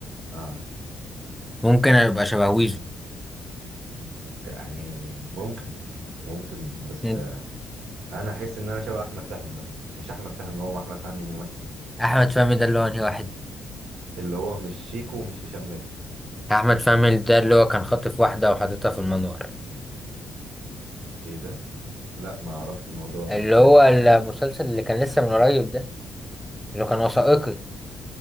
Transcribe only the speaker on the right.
اه
يعني ممكن ممكن بس
آه انا احس ان انا شبه احمد فهمي مثلا مش احمد فهمي هو احمد فهمي الممثل
اللي هو مش شيكو ومش هشام ماجد
ايه ده لا ما اعرفش الموضوع ده
ما سمعتش
عنه